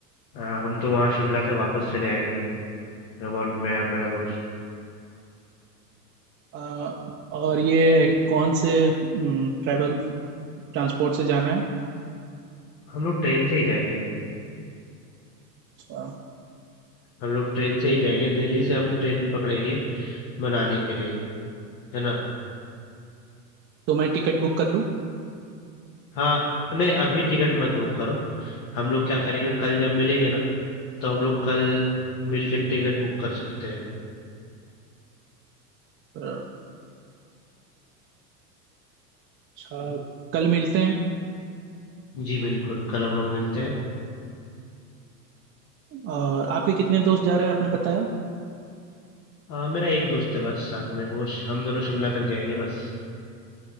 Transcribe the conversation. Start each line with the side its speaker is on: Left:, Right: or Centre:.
Left: अ, हम तो वहाँ शिमला से वापस चले आएंगे हम और मैं और मेरा दोस्त
Right: अ, और ये कौन से ट्रैवल ट्रांसपोर्ट से जाना है
Left: हम लोग ट्रेन से ही जाएंगे
Right: अ,
Left: हम लोग ट्रेन से ही जाएंगे दिल्ली से हम ट्रेन पकड़ेंगे मनाली के लिए है ना
Right: तो मैं टिकट बुक कर लूँ
Left: हाँ नहीं अभी टिकट मत बुक करो हम लोग क्या करेंगे कल जब मिलेंगे ना तो हम लोग कल मिल के टिकट बुक कर सकते हैं
Right: अ, अच्छा कल मिलते हैं
Left: जी बिल्कुल कल हम लोग मिलते हैं
Right: और आपके कितने दोस्त जा रहे हैं आपने बताया
Left: अ, मेरा एक दोस्त है बस साथ में वो श- हम दोनों शिमला तक जाएंगे बस